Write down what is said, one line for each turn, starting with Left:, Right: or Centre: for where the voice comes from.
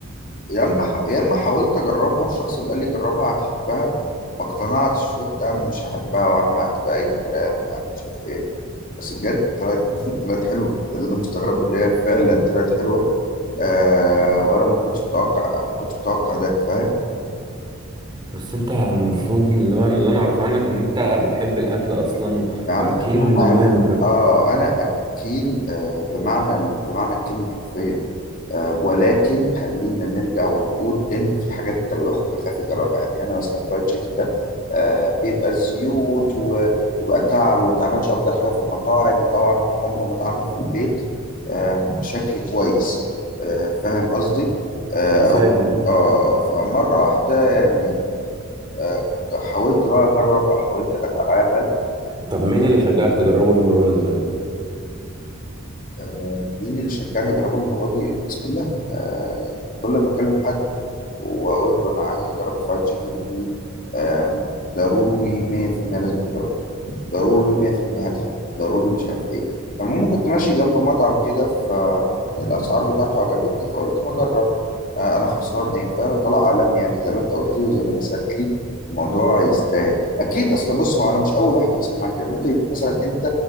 Left: يا
Right: قول
Left: اما
Right: لي
Left: يا اما حاولت اجربها الشخص اللي قال لي جربها هتحبها ما اقتنعتش قلت يا عم مش هحبها وعم هتبقى اي كلام وعم مش عارف ايه بس بجد طلعت <laughs> طلعت حلوه ده اللي انا مستغربه اللي هي فعلا طلعت حلوه آه وانا ما كنتش متوقع ما كنتش متوقع ده فاهم
Right: بس أنت المفروض اللي هو اللي أنا أعرفه عنك إن أنت بتحب الأكل أصلا و...
Left: يا عم
Right: وأكل
Left: انا
Right: من زمان ف...
Left: اه انا اكيل آه بمعنى ال- بمعنى الكلمه حرفيا آه ولكن خلينا نرجع ونقول ان في حاجات انت الواحد بيخاف يجربها يعني انا مثلا الفرايد تشيكن ده آه بيبقى زيوت و- وبيبقى تعب وما بيتعملش افضل حاجه في المطاعم وطبعا عمره ما اتعمل في البيت آه بشكل كويس آه فاهم قصدي؟ آه
Right: فاهم
Left: أو- آه فمره واحده يعني آه حاولت بقى اجرب او حاولت اتعامل
Right: طب مين اللي شجعك تجربه المرة دي طيب؟
Left: آه، مين اللي شجعني اجربه المره دي الناس كلها آه، كل ما اكلم حد واقول له انا عايز اجرب فرايد تشيكن يقول لي آه، ضروري 100% لازم تجرب ضروري 100% هتحب ضروري مش عارف ايه فالمهم كنت ماشي جنب مطعم كده فالاسعار بتاعته عجبتني فقلت ما اجرب آه، انا خسران ايه فعلا طلع عالمي يعني زي ما انت قلت لي وزي ما الناس قالت لي الموضوع يستاهل اكيد اصل بص هو انا مش اول واحد يحصل معاك كده ممكن يكون مثلا انت